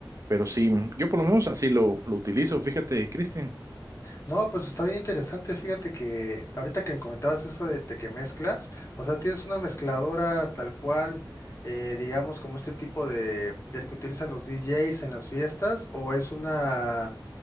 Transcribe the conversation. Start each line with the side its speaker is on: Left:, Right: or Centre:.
Right: pero sí, yo por lo menos así lo, lo utilizo, fíjate, Cristian.
Left: No, pues está bien interesante. Fíjate que ahorita que me comentabas eso de, de que mezclas, o sea, tienes una mezcladora tal cual, eh, digamos, como este tipo de, del que utilizan los DJs en las fiestas, o es una